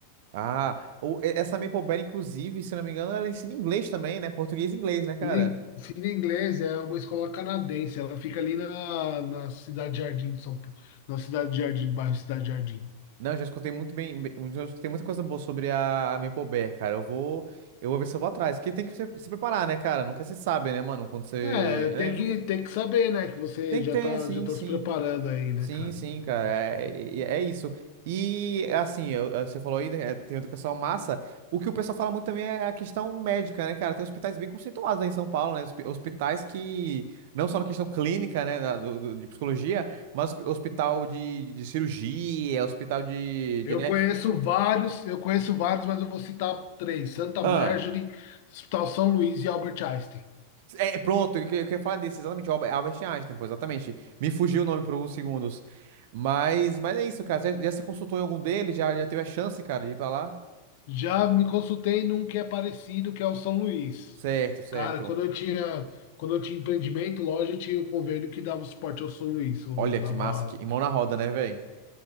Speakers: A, on the right; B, on the left.
A: Ah, o- e- essa Maple Berry, inclusive, se não me engano, ela ensina inglês também, né? Português e inglês, né, cara?
B: Cine Inglês é uma escola canadense, ela fica ali na, na Cidade Jardim de São Paulo, na Cidade Jardim, bairro Cidade Jardim.
A: Não, já escutei muito bem, bem- já escutei muita coisa boa sobre a, a Maple Bear, cara. Eu vou, eu vou ver se eu vou atrás, porque tem que se, se preparar, né, cara? Nunca se sabe, né, mano? Quando você,
B: É, tem
A: né, nunca
B: que, tem que saber, né, que você
A: tem
B: já
A: que ter,
B: tá,
A: sim,
B: já tá
A: sim,
B: se preparando aí, né,
A: sim,
B: cara?
A: sim, cara.
B: Tá
A: É,
B: Se preparando.
A: é, é isso. E assim, eu- eu- você falou aí, né, é, tem educação massa. O que o pessoal fala muito também é a questão médica, né, cara? Tem hospitais bem conceituados aí em São Paulo, né? Hospi- Hospitais que não só na questão clínica, né, da- do- do- de psicologia, mas hospital de, de cirurgia, hospital de,
B: Eu
A: de, né?
B: conheço vários, eu conheço vários, mas eu vou citar três: Santa
A: Ah.
B: Marjorie, Hospital São Luís e Albert Einstein.
A: É, é, pronto, eu, que- eu queria falar disso, exatamente, o Albert Albert Einstein, pô, exatamente. Me fugiu o nome por alguns segundos. Mas, mas é isso, cara. Já, já se consultou em algum deles? Já, já teve a chance, cara, de ir pra lá?
B: Já me consultei num que é parecido, que é o São Luís.
A: Certo, certo.
B: Cara, quando eu tinha, quando eu tinha empreendimento, loja, eu tinha o convênio que dava suporte ao São Luís. Eu
A: Olha
B: dava,
A: que massa, que e mão na roda, né, velho?